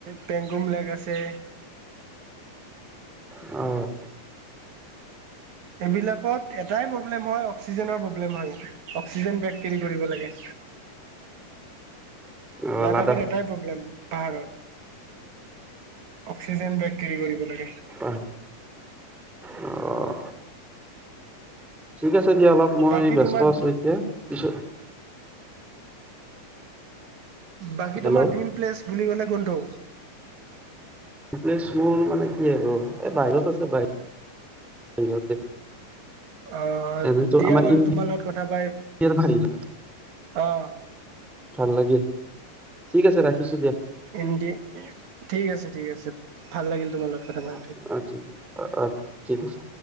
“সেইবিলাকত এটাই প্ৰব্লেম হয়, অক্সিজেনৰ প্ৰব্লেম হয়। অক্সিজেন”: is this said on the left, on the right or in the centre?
Right